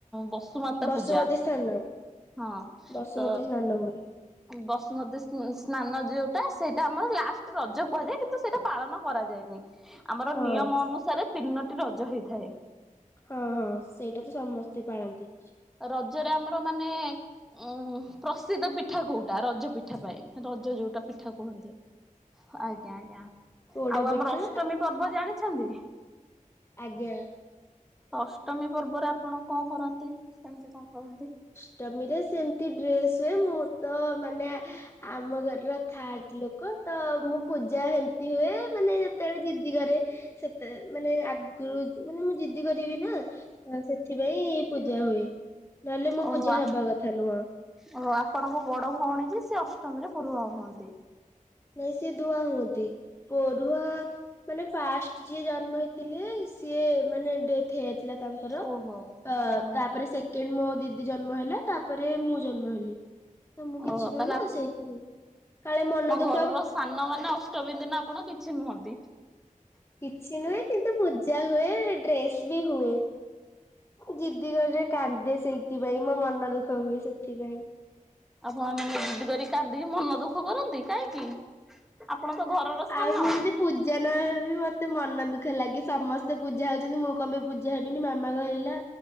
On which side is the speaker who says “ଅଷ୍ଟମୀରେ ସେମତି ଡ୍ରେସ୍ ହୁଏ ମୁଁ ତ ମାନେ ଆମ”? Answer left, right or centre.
Left